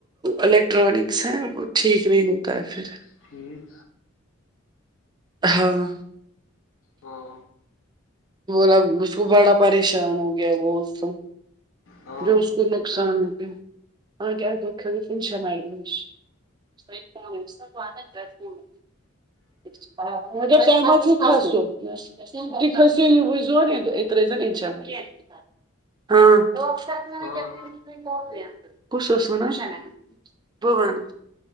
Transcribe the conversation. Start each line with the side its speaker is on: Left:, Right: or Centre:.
Right: الیکٹرانکس ہیں وہ ٹھیک نہیں ہوتا ہے پھر
Left: ٹھیک
Right: ہاں
Left: ہاں
Right: بولا اس کو بڑا پریشان ہو گیا بو تو
Left: ہاں
Right: جو اس کو نقصان ہو گیا آگ توشن آئی صحیح کہا میں سب ا رہے ہیں گھر پہ <unintelligible> کھسو ز ر انشاء اللہ
Left: ہاں
Right: ہاں <unintelligible> <unintelligible> بو بالا